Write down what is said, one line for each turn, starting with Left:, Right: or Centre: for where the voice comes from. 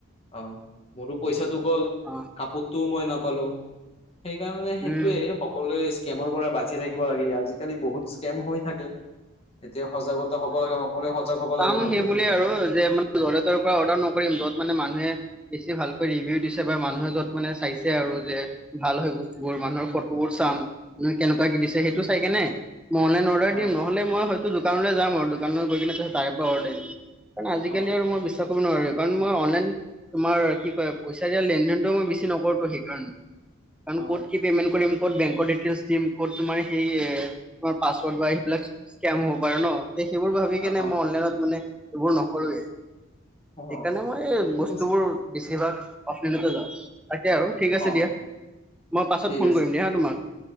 Left: অ মোৰো পইচাটো গ'ল
Centre: অ
Left: কাপত তো মই নাপালো সেইকাৰণে সেইটোয়ে
Centre: উম
Left: সকলোৱে স্কেমৰ পৰা বাচি থাকিব লাগে আজিকালি বহুত স্কেম হৈ থাকে এতিয়া সজাগতা হ'ব লাগে সকলোৱে সজাগ হব
Centre: চাম
Left: লাগে ভালদৰে
Centre: সেই বুলিয়ে আৰু যে মানেলে তৰ পৰা অৰ্ডাৰ নকৰিম যত মানে মানুহে বেছি ভালকৈ ৰিভিউ দিছে বা মানুহে য'ত মানে চাইছে আৰু যে ভাল হয় বস্তু বোৰ মানুহৰ ফটোবোৰ চা কেনেকুৱা দিছে সেইটো চাই কেনে অৰ্ডাৰ
Left: অ
Centre: দিম নহ'লে মই হয়তো দোকানলৈ যাম আৰু দোকানলৈ গৈ কিনে ত তাৰে পৰা অৰ্ডাৰ দিম কাৰণে আজিকালি
Left: অ
Centre: আৰু মই বিশ্বাস কৰিব নোৱাৰো কাৰণ মই অনলাইন তোমাৰ কি কয় পইচা দিয়া লেনদেনটো মই বেছি নকৰোতো সেইকাৰণে কাৰণ
Left: অ
Centre: ক'ত কি পেমেন্ট কৰিম ক'ত বেংকৰ ডিটেইলছ দিম ক'ত তোমাৰ সেই তোমাৰ পাছৱৰ্ড বা এইবিলাক হব পাৰে ন সেইবোৰ ভাবি
Left: অ
Centre: কেনে মই অনলাইনত মানে এইবোৰ নকৰোৱেই
Left: অ অ
Centre: সেইকাৰণে মই
Left: ঠিকেই
Centre: বস্তুবোৰ
Left: আছে
Centre: বেছিভাগ অফলাইতে লওঁ তাকে আৰু ঠিক আছে
Left: অ
Centre: দিয়া মই পাছত
Left: ঠিক
Centre: ফোন
Left: আছে
Centre: কৰিম দিয়া হা তোমাক